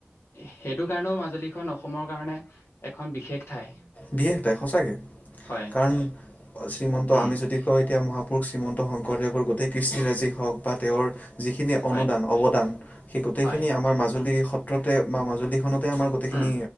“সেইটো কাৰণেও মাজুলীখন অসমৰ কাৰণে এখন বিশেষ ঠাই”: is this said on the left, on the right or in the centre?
Left